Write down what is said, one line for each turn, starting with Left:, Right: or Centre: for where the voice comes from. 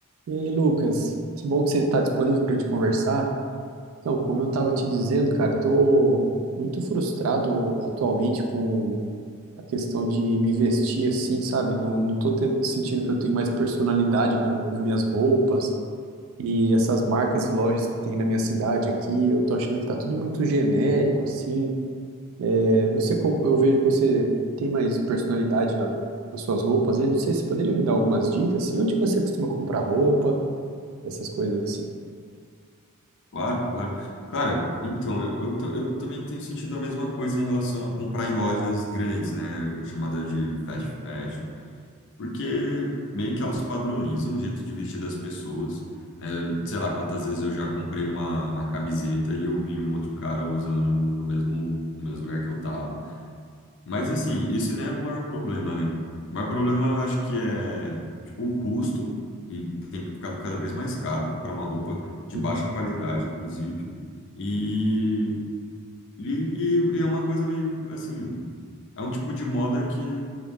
Right: E aí, Lucas, que bom que você está disponível para a gente conversar. Então, como eu estava te dizendo, cara, eu tô muito frustrado atualmente com a questão de me vestir assim, sabe? Não, não tô ten- sentindo que eu tenho mais personalidade na, nas minhas roupas e essas marcas e lojas que tem na minha cidade aqui, eu tô achando que tá tudo muito genérico assim. É, você, co- eu vejo que você tem mais personalidade na, nas suas roupas. Eu não sei, você poderia me dar algumas dicas assim? Onde que você costuma comprar roupa, essas coisas assim?
Left: Claro, claro. Cara, então, eu, eu, ta- eu também tenho sentido a mesma coisa em relação a comprar em lojas grandes, né? Chamada de fast fashion. Porque meio que elas padronizam o jeito de vestir das pessoas. né? sei lá quantas vezes eu já comprei uma, uma camiseta e eu vi um outro cara usando no mesmo, no mesmo lugar que eu tava. Mas assim, esse não é o maior problema, né? O maior problema eu acho que é tipo, o custo, que tem ficado cada vez mais caro comprar uma roupa de
Right: Sim.
Left: baixa qualidade, inclusive. E, e, e é uma coisa meio assim, é um tipo de moda que,